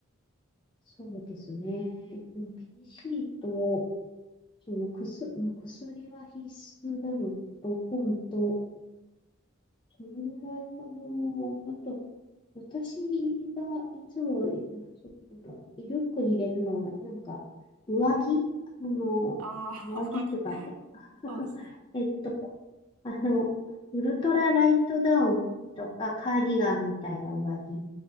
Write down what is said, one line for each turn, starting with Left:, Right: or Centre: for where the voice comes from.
Left: そうですね。でも PC と、その薬、まあ、薬は必須なのと、本と、そのぐらいかな。あと、私がいつも、あ、そうだ、リュックに入れるのは、なんか、上着あの、
Right: ああ、
Left: 上着というか、
Right: <laughs> お化け、
Left: へ <laughs>、
Right: そうですね。
Left: えっと、あの、ウルトラライトダウンとか、カーディガンみたいな上着